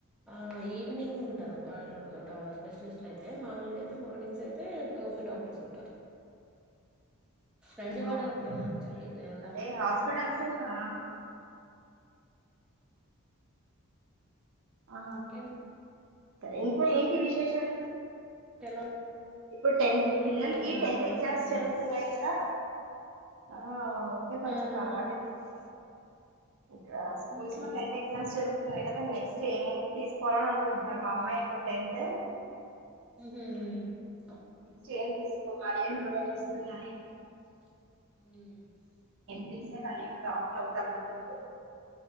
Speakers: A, in the centre; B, on the right.
A: ఆ ఈవినింగ్ ఉంటారు వాళ్ళు డా స్పెషలిస్ట్లు అయితే మామూలుగా అయితే మార్నింగ్స్ అయితే ఓపి డాక్టర్స్ ఉంటారు రంజవాడ
B: ఓకే
A: అప్పుడ నా చూపు వెళ్దామంటే
B: అదే హాస్పిటల్స్
A: తీసుకెళ్తాం
B: ఆ ఆ
A: ఇంకేంటి
B: సరే ఇంకా ఏంటి విశేషాలు
A: ఎలా
B: ఇప్పుడు టెన్త్
A: ఎలా ఉంది
B: పిల్లలకి
A: మీ ఆరోగ్యం
B: టెన్త్ ఎగ్జామ్స్
A: ఎలా ఉంది బాగా
B: జరుగుతున్నాయి కదా ఆ ఒకే కొంచెం
A: ఆహా
B: పర్వాలేను ఇప్పుడు ఇక్కడ స్కూల్స్
A: ఓకే
B: లో టెన్త్ ఎగ్జాస్ జరుగు తున్నాయి కదా నెక్స్ట్ ఎయి తీసుకోవాలని అనుకుంటున్నారు మా అమ్మాయి ఇప్పుడు టెన్త్
A: ఉంహు మ్
B: చైన్ తీసుకోవాలి అని ఆలోచిస్తున్నా నేను
A: మ్
B: స అనే ఏమో డాక్టర్ అవుతాను అంటుంది